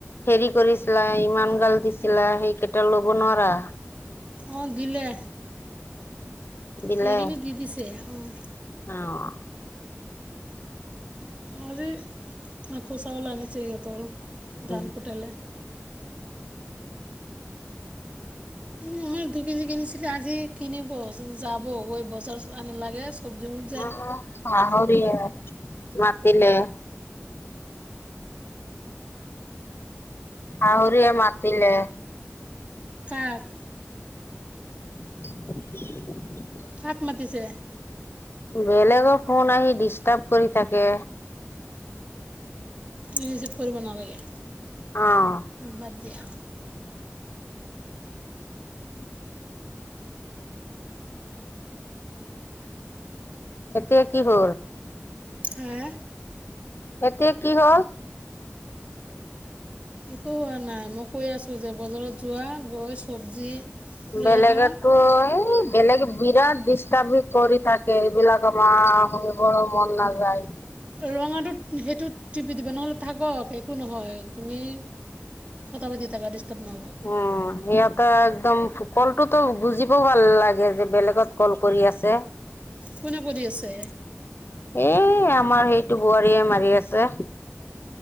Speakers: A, on the left (about 55°); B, on the right (about 25°).
A: সেৰি কৰিছিলে, ইমান গাল দিছিলে। সেই এতিয়া ল'ব নোৱাৰা?
B: অ'! গিলে।
A: দিলে
B: সেইখিনি দি দিছে, অ'!
A: অ'!
B: আজি, আকৌ চাউল আনিছে, সিহঁতৰ।
A: উম
B: ধান কোটালে। উম, আমাৰ <unintelligible> কিনিছিলে। আজি কিনিব, যাব। গৈ বজাৰ আনি লাগে, চবজি <unintelligible>
A: উম, উম, শাশুৰিয়ে, মাতিলে। শাহুৰিয়ে মাতিলে।
B: কাক?
A: <unintelligible>
B: কাক মাতিছে।
A: বেলেগৰ ফোন আহি ডিষ্টাৰ্ব কৰি থাকে।
B: ৰিচিভ কৰিব নালাগে।
A: অ
B: বাদ দিয়া।
A: এতিয়া কি হ'ল।
B: হে
A: এতিয়া কি হ'ল?
B: একো হোৱা নাই মই কৈ আছোঁ যে বজাৰত যোৱা গৈ চব্জি লৈ
A: বেলেগো
B: আহা
A: এই বেলেগে বিৰাট ডিষ্টাৰ্ব কৰি থাকে। এইবিলাক আমাৰ শুনিবৰ মন নাযায়।
B: ৰঙাটোত সেইটো টিপি দিবা নহ'লে থাকক একো নহয় তুমি কথা পাতি থাকা ডিষ্টাৰ্ব নহ'ব।
A: উ সিহঁতে একদম কলটোতো বুজিব ভাল লাগে যে বেলেগত কল কৰি আছে।
B: কোনে কৰি আছে।
A: এ আমাৰ সেইটো বোৱাৰীয়ে মাৰি আছে।